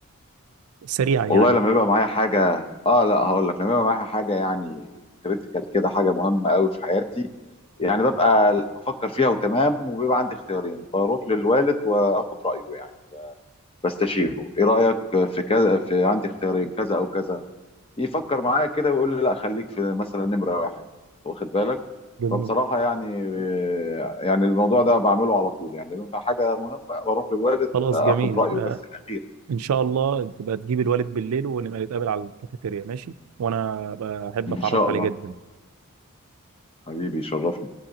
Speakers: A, on the right; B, on the left.
A: سريعا يعني
B: والله لما يبقى معايا حاجة اه لا هقول لك لما يبقى معايا حاجة يعني كريتيكال كده حاجة مهمة قوي في حياتي يعني ببقى بفكر فيها وتمام وبيبقى عندي اختيارين بروح للوالد واخد رأيه يعني بستشيره ايه رأيك في كذا في عندي اختيارين كذا او كذا يفكر معايا كده ويقول لي لا خليك في مثلا نمرة واحد واخد بالك
A: جميل
B: فبصراحة يعني يعني الموضوع ده بعمله على طول يعني لما يبقى حاجة مهمة بروح للوالد
A: خلاص
B: آه،
A: جميل
B: اخد رأيه
A: يبقى
B: بس الأخير
A: ان شاء الله تبقى تجيب الوالد بالليل ونبقى نتقابل على الكافيتيريا ماشي وانا بحب
B: إن
A: اتعرف
B: شاء الله
A: عليه جدا
B: حبيبي يشرفني